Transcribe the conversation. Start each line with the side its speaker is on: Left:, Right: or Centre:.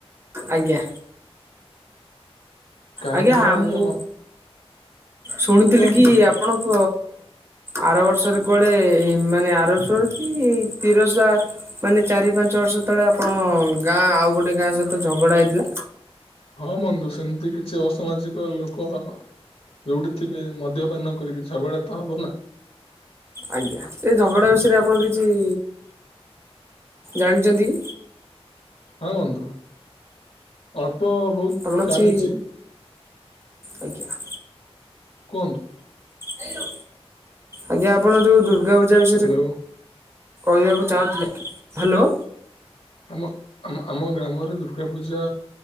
Right: ଆଜ୍ଞା।
Left: କାହିଁକି
Right: ଆଜ୍ଞା
Left: ନା
Right: ମୁଁ
Left: ଆମ
Right: ଶୁଣିଥିଲି
Left: କୁହନ୍ତୁ
Right: କି
Left: ବନ୍ଧୁ
Right: ଆପଣଙ୍କ। ଆର ବର୍ଷରେ କୁଆଡେ ମାନେ ଆରଷଆଡ କି ତିରସା। ମାନେ ଚାରି ପାଞ୍ଚ ବର୍ଷ ତଳେ ଆପଣ ଗାଁ ଆଉ ଗୋଟେ ଗାଁ ସହିତ ଝଗଡା ହେଇଥିଲା।
Left: ହଁ ବନ୍ଧୁ ସେମିତି କିଛି ଅସାମାଜିକ ଲୋକ। ଯୋଉଠି ଥିବେ ମଦ୍ୟପାନ କରିକି ଝଗଡା ତ ହବ ନା।
Right: ଆଜ୍ଞା ସେ ଝଗଡ଼ା ବିଷୟରେ ଆପଣ କିଛି ଜାଣିଛନ୍ତି।
Left: ହଁ ବୁନ୍ନ୍ତୁ। ଅଳ୍ପ।
Right: ଆମର
Left: ଜାଣିଛି
Right: ଅଛି ଆଜ୍ଞା।
Left: କୁହନ୍ତୁ।
Right: ହ୍ୟାଲୋ। ଆଜ୍ଞା ଆପଣ ଯେଉଁ ଦୁର୍ଗା ପୂଜା ବିଷୟରେ
Left: ହ୍ୟାଲୋ
Right: କହିବାକୁ ଚାହୁଁଥିଲେ ହ୍ୟାଲୋ।
Left: ଆମ ଆମ ଆମ ଗ୍ରାମରେ ଦୁର୍ଗା ପୂଜା।